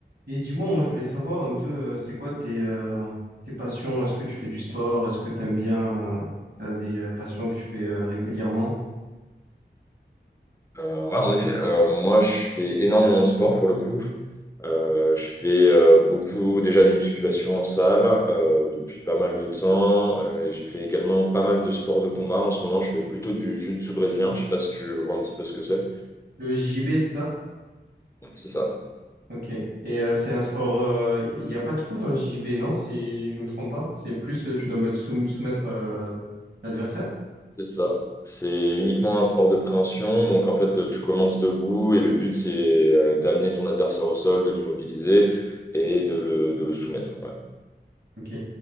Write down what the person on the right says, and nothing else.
Et dis-moi, moi je voulais savoir un peu, euh, c'est quoi tes, euh, tes passions? Est-ce que tu fais du sport? Est-ce que tu aimes bien, euh, t'as des euh, passions que tu fais euh, régulièrement?
Le JJB, c'est ça?
Ok. Et euh, c'est un sport, il n'y a pas de coup dans le JJB, non? Si je me trompe pas. C'est plus, euh, tu dois mettre soum- soumettre euh, l'adversaire?
Ok.